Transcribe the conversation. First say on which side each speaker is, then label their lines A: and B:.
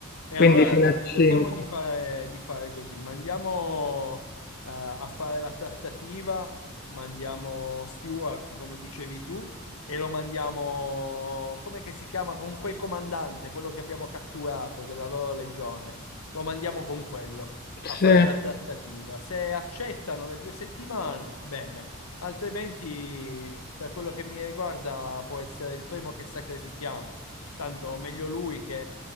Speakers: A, on the left; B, on the left.
A: E
B: Quindi
A: allora
B: fino
A: dai,
B: a 5.
A: cerchiamo di fare, di fare così. Mandiamo eh, a fare la trattativa, mandiamo Stewart, come dicevi tu, e lo mandiamo, come che si chiama, con quel comandante, quello che abbiamo catturato della loro legione. Lo mandiamo con quello a fare
B: Sì.
A: la trattativa. Se accettano le due settimane, bene, altrimenti, per quello che mi riguarda, può essere il primo che sacrifichiamo. Tanto meglio lui che